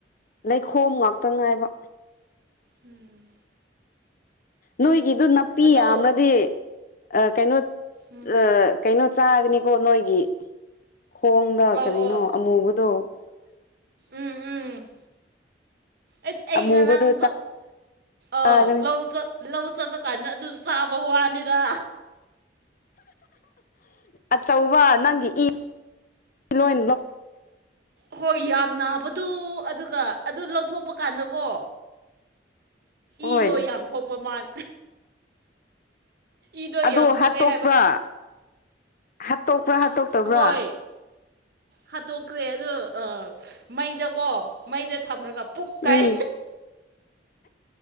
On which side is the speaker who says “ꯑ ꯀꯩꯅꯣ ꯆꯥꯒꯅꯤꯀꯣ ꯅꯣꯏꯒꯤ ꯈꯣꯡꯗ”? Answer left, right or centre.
Left